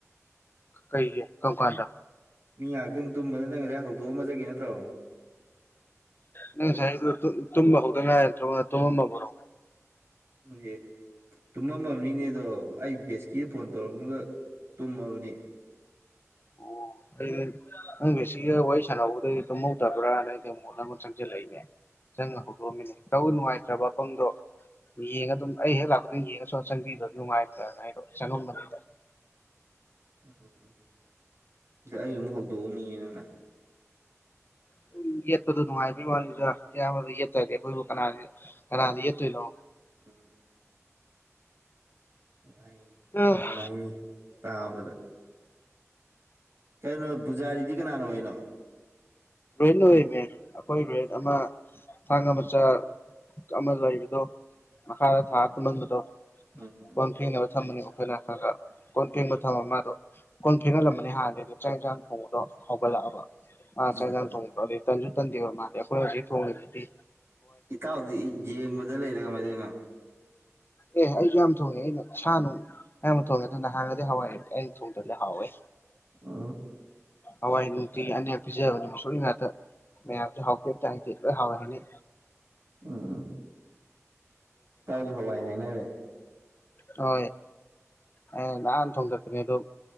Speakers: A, on the left; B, on the right.
A: ꯀꯩꯒꯤ ꯀꯝꯀꯥꯟꯗ
B: ꯃꯤ ꯉꯥꯛꯇꯪ ꯇꯨꯝꯕꯗꯨꯗ ꯅꯪ ꯉꯁꯥꯏ ꯍꯧꯗꯣꯛꯑꯝꯃ ꯆꯠꯈꯤ ꯅꯠꯇ꯭ꯔꯣ
A: ꯅꯪ ꯉꯁꯥꯏꯒꯤꯗꯨ ꯇꯨꯝꯕ ꯍꯧꯗ ꯉꯥꯏ ꯅꯠꯇ꯭ꯔꯣ ꯇꯨꯝꯃꯝꯃꯕꯔꯣ
B: ꯈꯪꯗꯦ ꯇꯨꯝꯃꯝꯃꯕꯅꯤꯅꯦ ꯑꯗꯣ ꯑꯩ ꯕꯦꯁꯀꯤꯗ ꯐꯣꯟ ꯇꯧꯔꯝꯃꯒ ꯇꯨꯝꯃꯕꯅꯦ
A: ꯑꯣ ꯑꯩ ꯅꯪ ꯕꯦꯁꯀꯤꯒ ꯋꯥꯔꯤ ꯁꯥꯟꯅꯍꯧꯕꯗ ꯑꯩꯗꯤ ꯇꯨꯝꯍꯧꯗꯕ꯭ꯔꯥꯅ ꯑꯩꯗꯤ ꯑꯃꯨꯛ <unintelligible> ꯆꯪꯁꯤꯜꯂꯛꯏꯅꯦ ꯆꯪꯅ ꯍꯧꯗꯣꯛꯑꯝꯃꯤꯅꯤ ꯇꯧꯕꯨ ꯅꯨꯡꯉꯥꯏꯇ꯭ꯔꯕ ꯑꯄꯪꯗꯣ ꯌꯦꯡꯉ ꯑꯗꯨꯝ ꯑꯩ ꯍꯦꯛ ꯂꯥꯛꯄ ꯈꯨꯗꯤꯡ ꯌꯦꯡꯉ ꯁꯨꯑ ꯆꯪꯕꯤꯗꯕꯗꯣ ꯅꯨꯡꯉꯥꯏꯔꯛꯇꯗꯅ ꯑꯩꯗꯣ ꯆꯪꯉꯝꯕꯅꯤꯗ
B: ꯎꯝ ꯗ ꯑꯩ ꯑꯃꯨꯛ ꯍꯧꯗꯣꯛꯑꯝꯃꯤꯅꯦ ꯅꯪꯅ
A: ꯁꯨꯝ ꯌꯦꯠꯄꯗꯨ ꯅꯨꯡꯉꯥꯏꯕꯒꯤ ꯋꯥꯅꯤꯗ ꯏꯌꯥꯝꯕꯗ ꯌꯦꯠꯇꯗꯤ ꯑꯩꯈꯣꯏꯕꯨ ꯀꯅꯥ ꯀꯅꯥꯗ ꯌꯦꯠꯇꯣꯏꯅꯣ
B: ꯎꯝ ꯍ
A: ꯑꯥ
B: ꯂꯩ ꯇꯕꯗ ꯀꯩꯅꯣ ꯄꯨꯖꯥꯔꯤꯗꯤ ꯀꯅꯥꯅꯣ ꯑꯣꯏꯅꯣ
A: ꯔꯦꯟꯦꯟ ꯂꯃꯦ ꯑꯩꯈꯣꯏ ꯔꯦꯟ ꯑꯃ ꯊꯥꯡ ꯃꯆꯥ ꯑꯃ ꯂꯩꯕꯗꯣ ꯃꯈꯥ ꯑ ꯍꯥ
B: ꯎꯝ
A: ꯅꯗꯣ
B: ꯎꯝ
A: ꯀꯣꯟ ꯐꯦꯡꯅꯕ ꯊꯝꯝꯕꯅꯤ ꯑꯩꯈꯣꯏꯅ ꯈꯔ ꯈꯔ ꯀꯣꯟ ꯐꯦꯡꯕ ꯊꯝꯃ ꯃꯥꯗꯣ ꯀꯣꯟ ꯊꯦꯡꯒꯠꯂꯝꯕꯅꯦ ꯍꯥꯟꯅꯗꯤ ꯑꯗꯨ ꯆꯥꯛ ꯌꯦꯟ ꯆꯥꯡ ꯊꯣꯡꯕꯗꯣ ꯍꯧꯒꯠꯂꯛꯑꯕ
B: ꯎꯝ
A: ꯍꯛꯆꯖꯥꯡ
B: ꯎꯝ
A: ꯊꯣꯡ ꯑꯗꯩ ꯇꯟꯖꯨ ꯇꯟꯗꯦꯕ ꯃꯥꯜꯜꯂꯤꯦ ꯑꯩꯈꯣꯏ ꯍꯧꯖꯤꯛ ꯊꯣꯡꯉꯤꯁꯤꯗꯤ
B: ꯏꯇꯥꯎꯗꯤ ꯌꯦꯡꯕꯗ ꯂꯩꯔ ꯀ ꯃꯥꯏꯗꯩꯅꯣ
A: ꯑꯦ ꯑꯩꯁꯨ ꯌꯥꯝ ꯊ ꯊꯣꯛꯉꯩꯅ ꯁꯅꯅꯨꯡ ꯍ ꯊꯣꯡꯦ ꯍꯗꯗꯤ ꯍꯋꯥꯏ ꯊꯣꯡ ꯇꯔ ꯍꯋꯥꯦ
B: ꯎꯝ
A: ꯍꯋꯥꯏꯗꯨꯨꯇꯤ ꯑꯅꯦꯛ ꯄꯤꯖꯕꯅꯤ ꯃꯁꯣꯛꯒꯤ ꯉꯥꯛꯇ ꯃ ꯍꯥꯎꯞ ꯍꯥꯏꯂ ꯍꯔ
B: ꯎꯝ ꯏꯇꯥꯎꯒꯤ ꯍꯋꯥꯏ ꯍꯥꯏꯅꯔꯦ
A: ꯍ ꯑꯩꯅ ꯅꯍꯥꯟ ꯊꯣꯡꯗꯛꯄꯅꯦ ꯑꯗꯣ